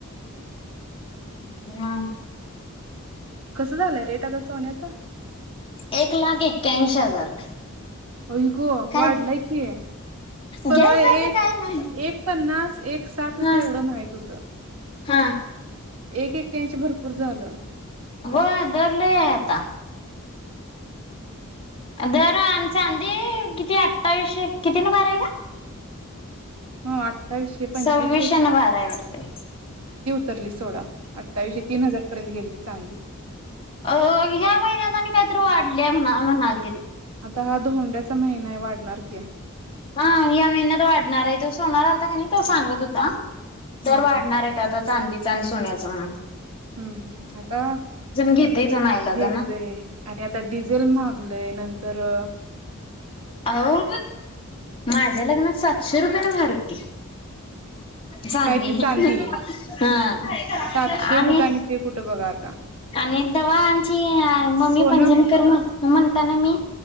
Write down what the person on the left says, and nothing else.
म
एक लाक एक्यांशी हजार
काय
घ्यायसारखं
काय नाही
हा
हा
हो दर लय ये आता दर चांदी किती अठठावीशे किती न भारय ग?
सविष्शे न भार आहे वाटतेय.
अ ह्या महिन्यात आणि काहीतरी वाढले म्हण म्हणाल
हा या महिन्यात वाढणार आहे तो सोणार आलता का नाही तो सांगत होता. दर
वाढणार
आयेत आता चांदी आणि सोन्याचं म्हण
घेतयच ओ नाईलाजान.
आहो माझ्या लग्नात सातशे रुपयाला भार होती. चांदी
हा
आणि
आणि तवा आमची मम्मी
पंजन कर म म्हणता ना मी